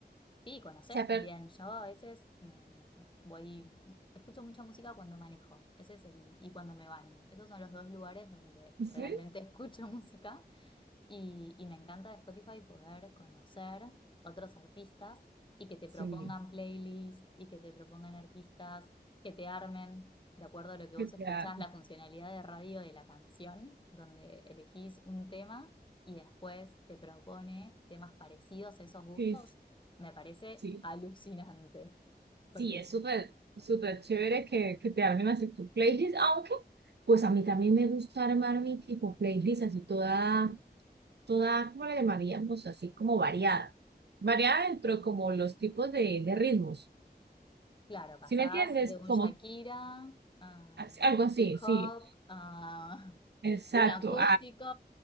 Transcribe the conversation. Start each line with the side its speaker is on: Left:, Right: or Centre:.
Left: Sí, conocés
Right: se ha perdido.
Left: también. Yo a veces me voy, escucho mucha música cuando manejo. Ese es el, y cuando me baño. Esos son los dos lugares donde realmente
Right: Sí,
Left: <laughs> escucho música. Y, y me encanta de Spotify poder conocer otros artistas y que te
Right: sí,
Left: propongan playlists y que te propongan artistas que te armen de acuerdo a lo que
Right: que
Left: vos
Right: te
Left: escuchás,
Right: ha-
Left: la funcionalidad de radio de la canción, donde elegís un tema y después te propone temas parecidos a esos gustos,
Right: sí,
Left: me parece
Right: sí,
Left: alucinante. Porque,
Right: sí, es súper, súper chévere que, que te armen así tu playlist, aunque pues a mí también me gusta armar mi tipo playlist así toda toda, ¿cómo le llamaríamos? Así como variada. Variada dentro como los tipos de, de ritmos.
Left: claro, pasás
Right: ¿Sí me entiendes?
Left: de un
Right: Como
Left: Shakira a
Right: as- algo
Left: un
Right: así,
Left: hip
Right: sí,
Left: hop a <laughs>
Right: exacto,
Left: un acústico.